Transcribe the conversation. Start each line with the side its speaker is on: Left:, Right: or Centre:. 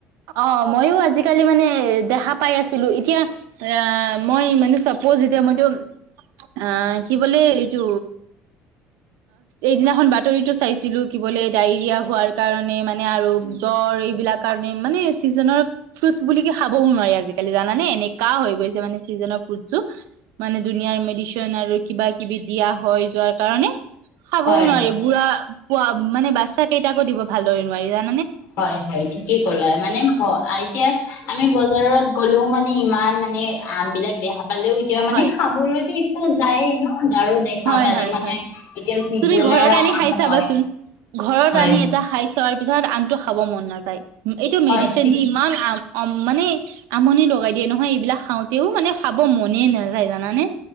Right: অ মইো আজিকালি মানে দেখা পাই আছিলো এতিয়া আহ মই মানে চাপ'জ এতিয়া মইতটো অ কি বোলে এইটো এইদিনাখন বাতৰিতটো চাইছিলো থাকিবলৈ ডা'য়েৰিয়া হোৱাৰ কাৰণে নে মানে মানে আৰু জ্বৰ এইবিলাক কাৰণে মানে চিজনৰ ফ্ৰুটছ বুলিুলে খাবওঁ নোৱাৰি আজি জালি জানে এনেকা হৈ গৈছে মানে চিজনৰ ফুড চো মানে দুনিয়া মেডিচন আৰু কিবা কিবি দিয়া হয় যোৱাৰ কাৰণে খাবও
Left: হয়
Right: নোৱাৰি
Left: হয়।
Right: বুঢ়া পোৱা মানে বাচ্ছা কেইটাকো দিব ভালদৰি াইা
Left: হয় হয় ঠিকেই কলা মানে এতিয়া আমি বজাৰত গ'লেও মানে ইমান মানে আম বিলাক দেহা পালেও এতিয়া মানে
Right: হয়
Left: খাবলৈ দি যায়ে ন আৰু দেখা
Right: হয়
Left: পালে
Right: হয়
Left: মানে
Right: হয়
Left: এতিয়া চিজনৰ
Right: তুমি ঘৰত আনি
Left: আম
Right: খাই চাবাচোন
Left: হয়
Right: ঘৰত
Left: হয়
Right: আনি এটা খাই চোৱাৰ পিছত ধৰ আনটো খাব মন নাযায় এইটো
Left: হয়
Right: মেডিচিন
Left: ঠিকে
Right: দি ইমান আম অ মানে আমনি লগাই দিয়ে নহয় এইবিলাক খাওঁতেও মানে খাব মনে নাযায় জানানে